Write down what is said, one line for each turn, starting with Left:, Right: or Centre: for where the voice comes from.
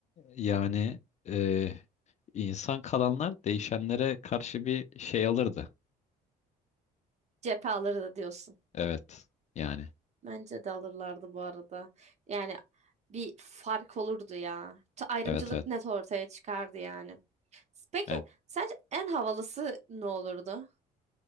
Left: yani e, İnsan kalanlar değişenlere karşı bir şey alırdı.
Right: Cephe alırdı diyorsun.
Left: Evet. Yani.
Right: Bence de alırlardı bu arada. Yani bir fark olurdu ya. Ta- Ayrımcılık
Left: Evet evet.
Right: net ortaya çıkardı yani. Peki
Left: Evet.
Right: sence en havalısı ne olurdu?